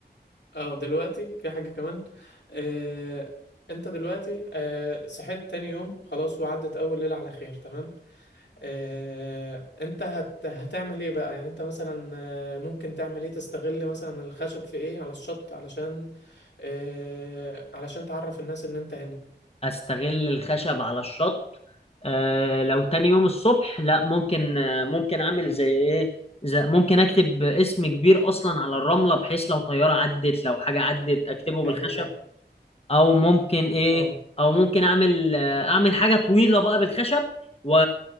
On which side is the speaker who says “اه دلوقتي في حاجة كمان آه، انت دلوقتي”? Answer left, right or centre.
Left